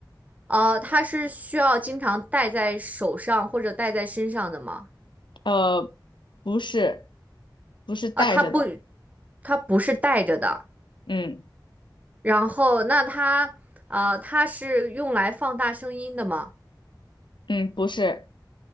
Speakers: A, on the right; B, on the left.
A: 呃，它是需要经常戴在手上或者戴在身上的吗？
B: 呃，不是，不是带着的。
A: 啊、它不，它不是戴着的。
B: 嗯
A: 然后那它呃，它是用来放大声音的吗？
B: 嗯，不是，